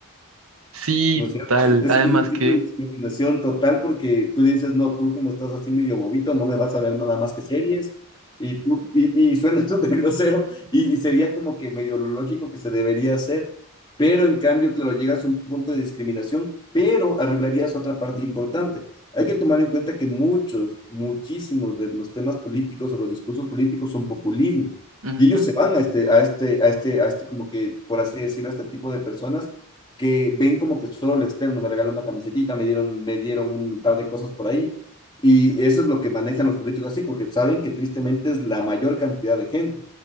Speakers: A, on the right; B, on the left.
A: Sí,
B: ¿No es
A: total.
B: cierto? Es,
A: Además
B: es un tipo
A: que,
B: de discriminación total porque tú dices, no, tú como estás así medio bobito, no me vas a ver nada más que series. Y, tú, y, y suena <laughs> súper grosero y, y sería como que medio lo lógico que se debería hacer. Pero en cambio, claro, llegas a un punto de discriminación, pero arreglarías otra parte importante. Hay que tomar en cuenta que muchos, muchísimos de los temas políticos o los discursos políticos son populismo.
A: ujú,
B: Y ellos se van a este, a este, a este, a este, como que, por así decirlo, a este tipo de personas que ven como que solo lo externo, me regaló una camisetita, me dieron, me dieron un par de cosas por ahí. Y eso es lo que manejan los políticos así, porque saben que tristemente es la mayor cantidad de gente.